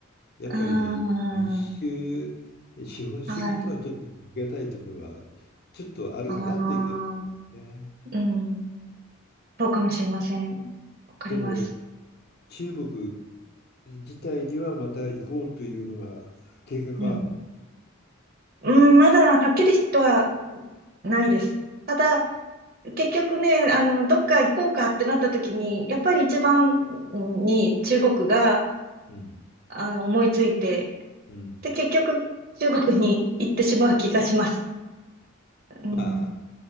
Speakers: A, on the left (about 50°); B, on the right (about 45°).
A: やっぱり民主資本主義とはちょっと言い難いところはちょっとあるかなっていう気がするね。
B: うーん。はい。ああ、うん。そうかもしれません。わかります。
A: でも中国自体にはまた行こうというのは計画はあるの。
B: うん。うん、まだはっきりとはないです。ただ、結局ね、あの、どっか行こうかってなった時に、やっぱり一番に中国が、
A: うん。
B: あの、思いついて、
A: うん。
B: で、結局中国に行ってしまう気がします。うん。
A: まあ